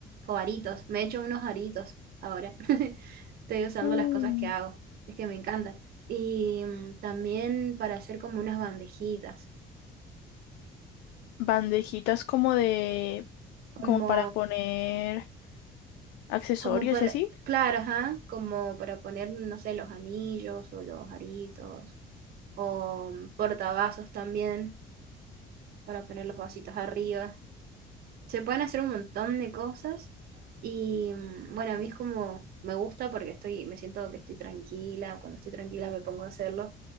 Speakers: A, on the right (about 65°); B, on the left (about 85°).
A: o aritos. Me he hecho unos aritos ahora. <laughs> Estoy usando
B: Mm.
A: las cosas que hago. Es que me encantan. Y mm, también para hacer como unas bandejitas.
B: Bandejitas como de,
A: Como,
B: como para poner accesorios
A: como para,
B: y así.
A: claro, ajá, como para poner, no sé, los anillos o los aritos. O mm, portavasos también, para poner los vasitos arriba. se pueden hacer un montón de cosas y mm, bueno, a mí es como, me gusta porque estoy, me siento que estoy tranquila, cuando estoy tranquila me pongo a hacerlo,